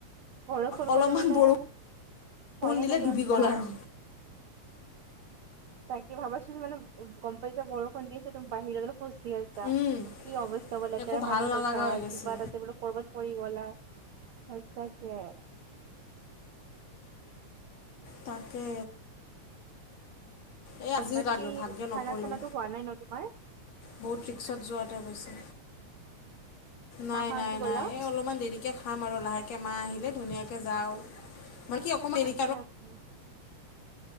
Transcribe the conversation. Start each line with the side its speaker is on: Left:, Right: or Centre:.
Right: বৰষূণ
Left: অলপমান
Right: কলে মানে
Left: বৰষুণ
Right: ভয়ে
Left: দিলে
Right: লাগে
Left: ডুবি
Right: ঘন্তা,
Left: গ'ল আৰু
Right: তাকে ভাবাচোন মানে গম পইছা বৰষুণ দি আছে ত বাহিৰত আছা
Left: উম
Right: কি অৱস্থা হল লেতেৰা
Left: একো
Right: পানী
Left: ভাল নালাগা
Right: গছা
Left: হৈ গৈছে
Right: কিবা তাতে বোলো কৰবাত, পৰি গলা সচাকে,
Left: তাকে, এই আজিও
Right: বাকী
Left: ভাগ্যে
Right: খানা
Left: নপলোঁ।
Right: চানাটো হোৱা নাই ন তোমাৰ
Left: বহুত ৰিক্সাত যোৱাতে হৈছে
Right: হা
Left: নাই
Right: হা
Left: নাই
Right: কি ক'লা?
Left: নাই এ অলপ অকমান দেৰিকে খাম আৰু লাহেকে মাহ আহিলে ধুনীয়াকে যাও মানে কি অকমান দে
Right: আচ্ছা আচ্ছা